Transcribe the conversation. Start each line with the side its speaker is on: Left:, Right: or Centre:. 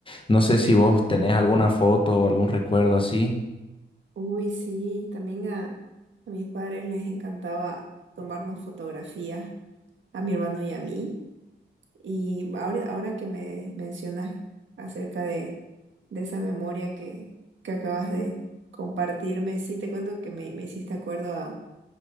Left: No sé
Right: Seguro.
Left: si vos tenés alguna foto o algún recuerdo así.
Right: Uy, sí, también a, a mis padres les encantaba tomarnos fotografías, a mi hermano y a mí. Y ahora, ahora que me mencionas acerca de, de esa memoria que, que acabas de compartirme, sí, te cuento que me, me hiciste acuerdo a,